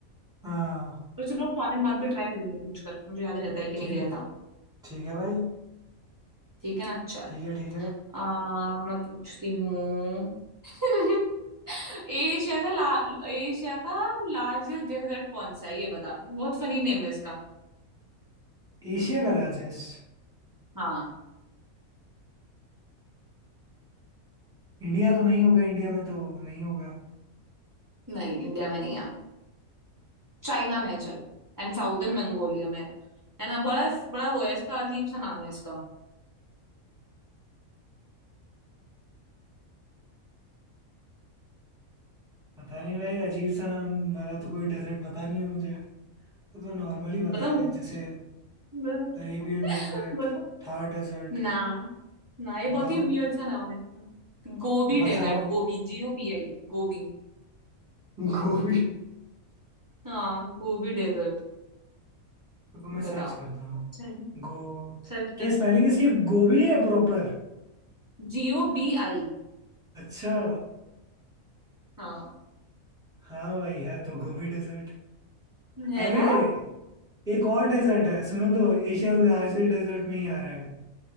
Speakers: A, in the centre; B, on the right.
A: हाँ
B: तो चलो स्वाधीन बाद भी ट्राई करेंगे पूछकर मुझे याद रहता है कि
A: ठीक
B: नहीं रहता
A: ठीक है भाई
B: ठीक है ना चल
A: ठीक है ठीक है
B: आ, मैं पूछती हूँ <laughs> एशिया का ला एशिया का लार्जेस्ट डेजर्ट कौन सा है ये बता बहुत फनी नेम है इसका
A: एशिया का लार्जेस्ट
B: हाँ
A: इंडिया तो नहीं होगा इंडिया में तो नहीं होगा
B: नहीं इंडिया में नहीं है चाइना में है चल एंड साउदर्न मंगोलिया में है है ना बड़ा बड़ा वो है इसका अजीब सा नाम है इसका
A: पता नहीं भाई अजीब सा नाम वाला तो कोई डेजर्ट पता नहीं है मुझे वो तो नॉर्मली पता
B: बताऊँ
A: है जैसे
B: <laughs>
A: अरेबियन डेजर्ट
B: बताओ
A: थार डेजर्ट
B: ना ना ये बहुत
A: बताओ
B: ही वियर्ड सा नाम है इसका Gobi
A: बताओ
B: desert गोबी जी ओ बी आई गोबी
A: गोभी
B: हाँ गोबी डेजर्ट
A: रुको मैं सर्च
B: बता
A: करता हूँ
B: अच्छा है,
A: गो
B: सर्च
A: क्या
B: कर
A: स्पेलिंग
B: सकते
A: इसकी गोभी है प्रॉपर
B: जी ओ बी आई
A: अच्छा
B: हाँ
A: हाँ भाई है तो गोभी डेजर्ट
B: है
A: अरे
B: ना
A: एक और डेजर्ट है सुनो तो एशिया लार्जेस्ट डेजर्ट में ही आ रहा है